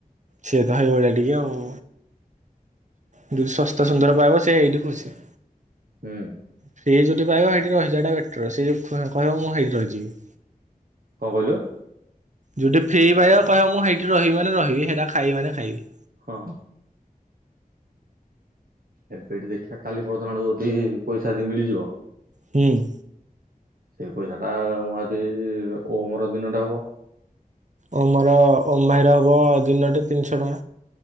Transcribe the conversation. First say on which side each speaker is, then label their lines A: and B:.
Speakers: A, on the right; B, on the right.
A: ସିଏ ତ ହେଇ ଭଳିଆ ଟିକେ ଆଉ। ଯେଦି ଶସ୍ତା ସୁନ୍ଦର ପାଇବ ସେ ଏଇଠି ଖୁସି।
B: ହୁଁଉଁ।
A: ସିଏ ଯୋଉଠି ପାଇବା ହେଠି ରହି ଯିବାଟା ବେଟର ସିଏ ଯୋଉ କହି କହିବ ମୁଁ ହେଇଟି ରହିଯିବି।
B: କଁ କଇଲୁ?
A: ଯୋଉଠି ଫ୍ରି ପାଇଆ କହିଅ ମୁଁ ହେଇଠି ରିହିବି ମାନେ ରହିବି ହେଟା ଖାଇବି ମାନେ ଖାଇବି।
B: ହଁ। ଏବେ ଏଠି ଦେଖିଆ କାଲି ପର୍ଦିନ ଆଡୁକୁ ଅଦି ପଇସା ଏଦି ମିଳିଯିବ।
A: ହୁଁଉଁ।
B: ସେଇ ପଇସାଟା ମୁଁ ଆଜି ଓମର ଦିନଟା ହବ।
A: ଓମ୍ ର ଓମ ଭାଇର ହବ ଦିନଟେ ତିନଶ ଟଙ୍କା।